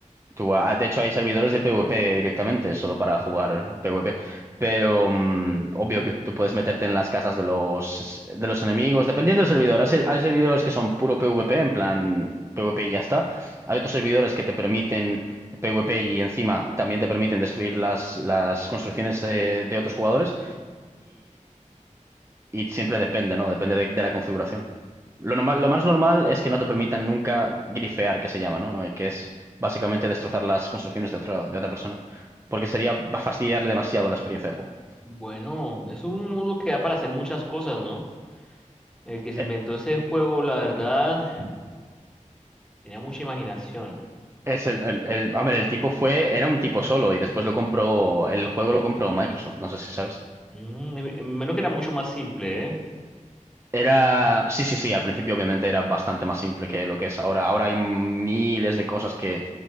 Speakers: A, on the right; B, in the centre.
A: Tú, ah, de hecho, hay servidores de PvP directamente, solo para jugar PvP. Pero, mm, obvio, obvio, tú puedes meterte en las casas de los, de los enemigos, dependiendo del servidor. Hay, ser- hay servidores que son puro PvP, en plan PvP y ya está. Hay otros servidores que te permiten PvP y encima también te permiten destruir las, las construcciones eh, de otros jugadores. Y siempre depende, ¿no? Depende de, de la configuración. Lo normal, lo más normal es que no te permitan nunca grifear, que se llama, ¿no? Eh, Que es básicamente destrozar las construcciones de otra, de otra persona. Porque sería va a fastidiarle demasiado la experiencia de juego.
B: Bueno, es un mundo que da para hacer muchas cosas, ¿no? El que se
A: Eh,
B: inventó ese juego, la verdad, tenía mucha imaginación.
A: Es el, el, el- a ver, el tipo fue, era un tipo solo y después lo compró, el juego lo compró Microsoft, no sé si sabes.
B: Mm, me- eh, menos que era mucho más simple, ¿eh?
A: Era, sí, sí, sí, al principio obviamente era bastante más simple que lo que es ahora. Ahora hay miles de cosas que,